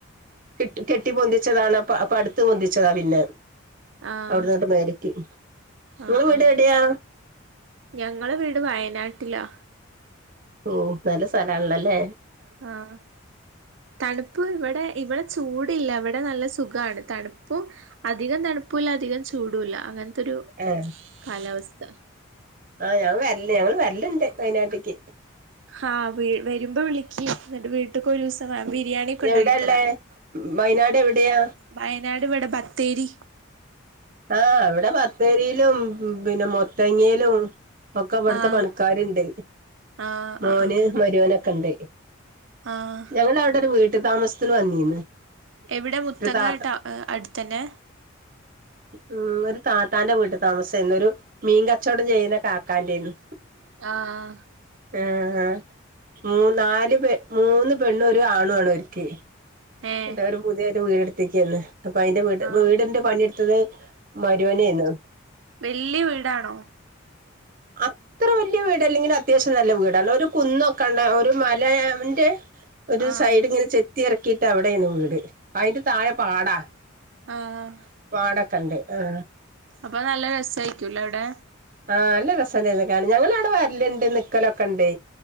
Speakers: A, on the right; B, on the right.
A: കിട്ടി കെട്ടി പൊന്തിച്ചതാണ് പ അ അടുത്തത്ത് പൊന്തിച്ചതാ പിന്നെ
B: ആഹ്
A: അവിടുന്നോട്ട് മത്തി നിങ്ങള്
B: ആഹ്
A: വീട്
B: ആഹ്
A: എവിടയാ
B: ഞങ്ങളെ വീട് വയനാട്ടിലാ
A: ഓ നല്ല സ്ഥലാല്ലല്ലേ
B: ആഹ തണുപ്പ് ഇവിടെ ഇവിടെ ചൂടല്ല അവിടെ നല്ല സുഖമാണ് തണുപ്പും അധികം തണുപ്പല്ല അധികം ചൂടല്ല അങ്ങനെ അതൊരു
A: ഏ
B: കാലാവസ്ഥ
A: ആഹ് ഞങ്ങ വരല്ല ഞങ്ങള്ൾ വരലുണ്ട് വയനാട്ടക്ക്
B: ആഹ് വരുമ്പോ വിളിക്ക് എന്നിട്ട് വീട്ടക്ക് ഒരു ദിവസം ബിരിയാണിക്കേ ഉണ്ടാക്കിത്തരാം
A: എവിടാള്ളേ വയനാട് എവിടെയാ
B: വയനാട് ഇവിടെ ബ ത്തേരി
A: ആഹ് അവിടെ ബത്തേരിയിലും പിന്നെ മുത്തങ്ങയിലും ഒക്കെ അവിടുത്തെ
B: ആഹ്
A: പണിക്കാരുണ്ട്
B: ആഹ്
A: മോന്
B: ആഹ് ആഹ്
A: മരുവനൊക്കെ ഉണ്ട്
B: ആഹ്
A: ഞങ്ങവിടെ ഒരു വീട്ടു താമസത്തിന് വന്നീന്ന്
B: എവിടെ മുത്തങ്ങായിട്ടാ
A: ഒരു താത്ത
B: അടുത്തന്നെ
A: ഉം ഒരു താത്താന്റെ വീട്ടിൽ താമസമായിരുന്നു ഒരു മീൻ കച്ചവടം ചെയ്യുന്ന കാക്കാന്റെ ആരുന്നു
B: ആഹ് ആഹ്
A: ആ ആ മൂ നാല് പെ മൂന്ന് പെണ്ണും ഒരു ആണും ആണ് ഓർക്ക്
B: ഏഹ്
A: എല്ല ഒരു പുതിയ ഒരു വീട്ടുത്തേക്കന്ന് അപ്പൊ അതിന്റെ വീട്
B: ആഹ്
A: വീടിന്റെ പണിയെടുത്തത് മരുവോനായിരുന്നു
B: വല്യ വീടാണോ
A: അ അത്ര വലിയ വീട് അല്ലെങ്കിൽ അത്യാവശ്യം നല്ല വീടാണ് ഒരു കുന്നൊക്കെണ്ട് ഒരു മലേന്റെ ഒരു
B: ആഹ്
A: സൈഡ് ഇങ്ങനെ ചെത്തി ഇറക്കിയിട്ട് അവിടെണ് വീട് അതിന്റെ താഴെ പാടാ
B: ആഹ്
A: വാടക്കണ്ട് ആ
B: അപ്പൊ നല്ല രസമായിയിരിക്കുല്ലോ അവിടെ
A: ആഹ് നല്ല രസംണ്ടായിരുന്നു കാരണം ഞങ്ങള് അവിടെ വരലിണ്ട് നിക്കലൊക്കെ ഇണ്ടേ